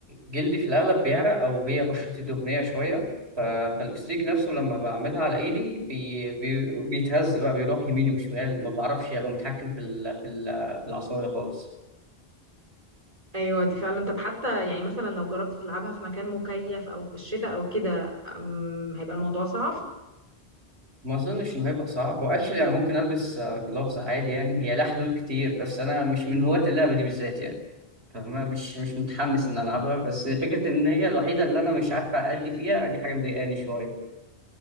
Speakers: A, on the right; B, on the right.
A: جلدي في الأغلب بيعرق أو هي بشرتي دهنية شوية ف- فالأستيك نفسه لما بعملها على إيدي بي بي بيتهز بقى بيروح يمين وشمال ما بعرفش أبقى متحكم في ال في ال في العصاية خالص
B: ايوه دي فعلا طب حتى يعني مثلا لو جربت تلعبها في مكان مكيف او في الشتاء او كده آم، هيبقى الموضوع صعب
A: ما أظنش إنه هيبقى صعب هو أكشلي أنا ممكن ألبس جلافز عادي يعني هي لها حلول كتير بس أنا مش من هواة اللعبة دي بالذات يعني فاهمة مش مش متحمس إن ألعبها بس فكرة إن هي الوحيدة اللي أنا مش عارف أأدي فيها دي حاجة مضايقاني شوية